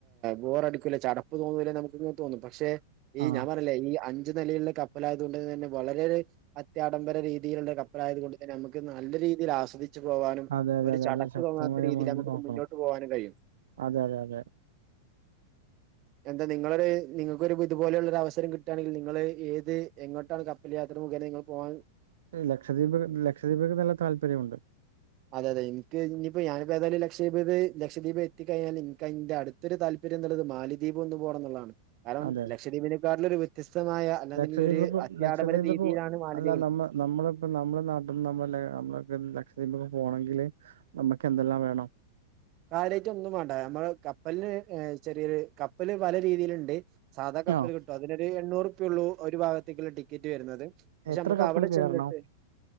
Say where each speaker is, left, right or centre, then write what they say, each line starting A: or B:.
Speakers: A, on the right; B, on the right.
A: ബോർ അടുക്കൂലേ ചടപ്പ് തോന്നൂലേ നമുക്ക്ങ്ങനെ തോന്നും പക്ഷെ ഈ
B: ആഹ്
A: ഞാൻ പറയല്ലേ ഈ അഞ്ചു നിലികില് കപ്പലായതുക കൊണ്ട് തന്നെ വളരെ ഒരു പ്രത്യാഡംബര രീതിയിലുള്ള കപ്പലായ കൊണ്ട് തന്നെ നമുക്ക് നല്ല രീതിൽ ആസ്വദ വച്ച് പോകാനും
B: അതെ അതെ
A: ഒരു
B: അതെ
A: ചടപ്പ്
B: അത് ശക്തമായി
A: തോന്നാത്ത രീതിയിൽ
B: നമ്മൾ
A: നമുക്കിത്
B: നോക്കണം
A: മുന്നോട്ട് പോകാനും കഴിയും
B: അതെ അതെ അതെ
A: എന്താ നിങ്ങളൊരു നിങ്ങൾക്കൊരു ഇതുപോലെയുള്ള ഒരു അവസരം കിട്ടുകയാണെങ്കിൽ നിങ്ങള് ഏത് എങ്ങോട്ടാണ് വല്ല യാത്ര മുഖേനെ നിങ്ങൾ പോവാൻ
B: ലക്ഷദ്വീപ് ലക്ഷദ്വീപ്ക്ക് നല്ല താല്പര്യമുണ്ട്
A: അതെ അതെ എനിക്ക് ഇനിയിപ്പോ ഞാനപ്പോ ഏായാലും ലക്ഷീപ ലക്ഷവീപ് എത്തിക്കഴിഞ്ഞാൽ എനിക്ക അതിന്റെ അടുത്ത് തൊരു താല്പര്യം എന്നുള്ളത് മാലിദ്വീപ് എന്ന് പോണം എന്നുള്ളാണ് കാരണം
B: അതെ
A: ലക്ഷദ്വീപിനെക്കാരിൽ ഒരു വ്യത്യസ്തമായ അല്ലിൽ
B: ലക്ഷദ്വീപ്ക്കും
A: ഒരു അത്യാടംബര
B: ലക്ഷദ്വീപ്ക്കും
A: രീതിയിലാണ് മാലിയ
B: അല്ല നമ്മ നമ്മളിപ്പ നമ്മളെ നാട്ടിൽന്ന് നമ്മ നമ്മള ലക്ഷദ്വീപൊക്കെ പോണെങ്കില് നമക്ക് എന്തെല്ലാം വേണം
A: കരുയാട്ട് ഒന്നും വേണ്ട നമ്മള് കപ്പലിന് ചെറിയൊരു കപ്പല് പല രീതിയിലുണ്ട് സാധാ കപ്പല്
B: ആഹ്
A: കിട്ടും അതിനൊരു എണ്ണൂറ്പ്യയ ഉള്ളൂ ഒരു ഭാഗത്തേക്കുള്ള ടിക്കറ്റ് വരുന്നത് പക്ഷെ
B: എത്ര
A: നമുക്ക്
B: കപ്പല്
A: അവിടെ
B: കേറണോ
A: ചെന്നിട്ട്